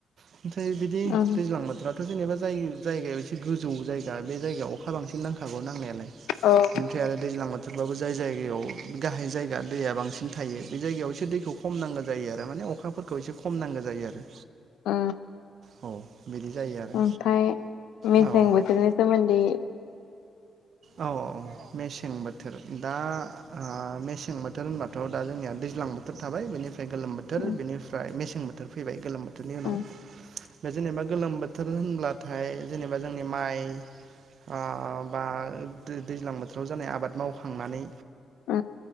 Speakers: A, on the right; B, on the left.
A: ओमफ्राय बिदि
B: ओं
A: दैज्लां बोथोर थ' जेनेबा जाय जायगायाव एसे गोजौ जायगा बे जायगायाव अखा बांसिन नांखागौ नांनायालाय
B: ओं
A: ओमफ्राय आरो दैज्लां बोथोरबाबो जाय जायगायाव गाहाय जायगा दैया बांसिन थायो बे जायगायाव एसे दैखौ खम नांगौ जायो आरो थारमाने अखाफोरखौ एसे खम नांगौ जायो आरो
B: ओ
A: औ बिदि जायो आरो
B: ओमफाय मेसें
A: औ
B: बोथोरनि सोमोनदै
A: औ औ मेसें बोथोर दा ओ मेसें सें बोथोर होनबाथ' दा जोंनिया दैज्लां बोथोर थाबाय बेनिफ्राय गोलोम बोथोर
B: उम
A: बेनिफ्राय मेसें बोथोर बोथोर फैबाय गोलोम बोथोरनि उनाव
B: उम
A: बे जेनेबा गोलोम बोथोर होनब्लाथाय जेनेबा जोंनि माइ आं बा दैज्लां बोथोराव जानाय आबाद मावखांनानै
B: ओ